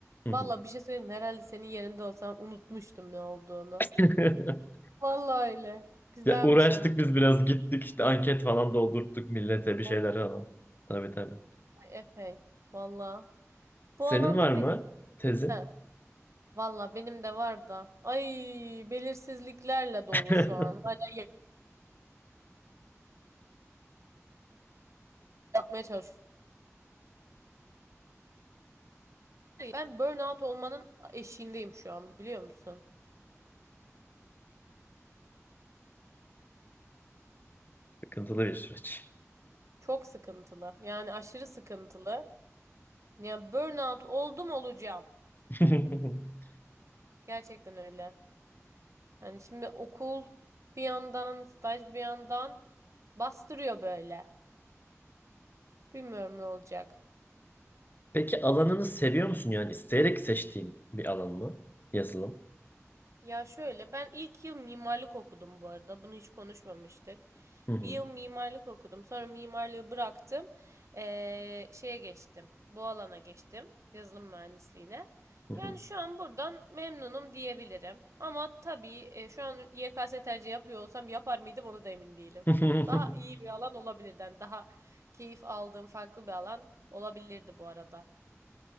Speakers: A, on the left (about 40°); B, on the right (about 65°).
A: Hı
B: Valla
A: hı.
B: bir şey söyleyeyim mi? herhalde senin yerinde olsam unutmuştum ne olduğunu.
A: <laughs>
B: Valla öyle. Güzelmiş
A: Ya uğraştık
B: ama.
A: biz biraz gittik işte anket falan doldurttuk millete bir şeyler
B: Oo,
A: falan. Tabii tabii.
B: epey. Valla.
A: Senin
B: Bu alanda
A: var mı
B: pek...
A: tezin?
B: He. Valla benim de var da. Ay belirsizliklerle dolu
A: <laughs>
B: şu an. Hala ya- yapmaya çalışıyorum. Ben burnout olmanın eşiğindeyim şu an biliyor musun?
A: Sıkıntılı bir süreç.
B: Çok sıkıntılı. Yani aşırı sıkıntılı. Yani burnout oldum olacağım.
A: <laughs>
B: Gerçekten öyle. Yani şimdi okul bir yandan, staj bir yandan bastırıyor böyle. Bilmiyorum ne olacak.
A: Peki alanını seviyor musun yani isteyerek seçtiğin bir alan mı? Yazılım.
B: Ya şöyle ben ilk yıl mimarlık okudum bu arada. Bunu hiç konuşmamıştık.
A: Hı hı.
B: Bir yıl mimarlık okudum. Sonra mimarlığı bıraktım. Ee, şeye geçtim. Bu alana geçtim. Yazılım mühendisliğine.
A: Hı hı.
B: Yani şu an buradan memnunum diyebilirim. Ama tabii e, şu an YKS tercih yapıyor olsam yapar mıydım onu da emin değilim.
A: <laughs>
B: <laughs> Daha iyi bir alan olabilirdi. Yani daha keyif aldığım farklı bir alan olabilirdi bu arada.